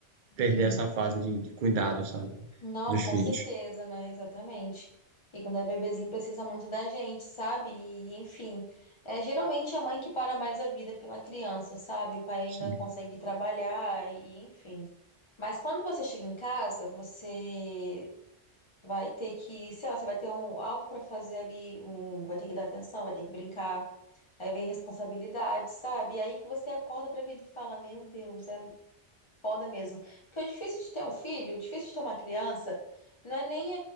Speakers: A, on the right (about 55°); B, on the left (about 30°).
A: perder
B: E
A: essa fase de, de cuidado, sabe?
B: não,
A: Dos
B: com
A: filhos.
B: certeza, né? Exatamente. E quando é bebezinho precisa muito da gente, sabe? E enfim, é geralmente é a mãe que para mais a vida pela criança, sabe? O pai ainda
A: Sim.
B: consegue trabalhar e enfim. Mas quando você chega em casa, você Vai ter que, sei lá, você vai ter um, algo para fazer ali, um, vai ter que dar atenção, vai ter que brincar. Aí vem responsabilidade, sabe? E aí que você acorda pra vida e fala, meu Deus, é Foda mesmo. Porque o difícil de ter um filho, o difícil de ter uma criança, não é nem.